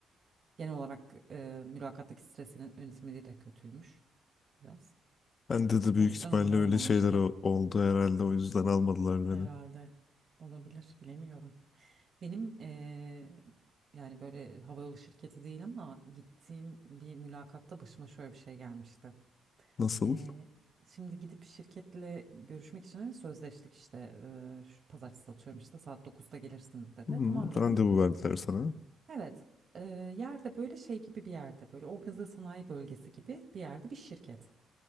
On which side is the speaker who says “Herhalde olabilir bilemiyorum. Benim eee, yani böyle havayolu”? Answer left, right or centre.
Right